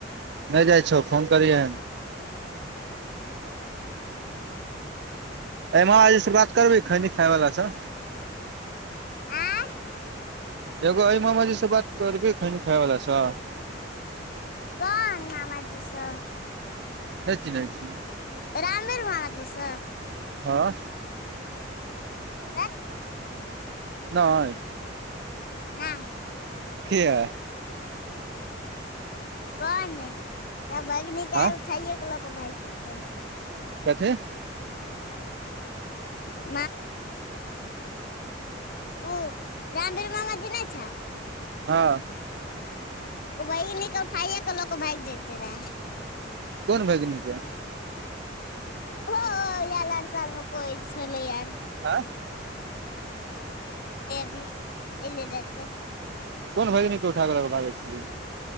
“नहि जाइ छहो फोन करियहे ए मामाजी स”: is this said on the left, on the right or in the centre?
Right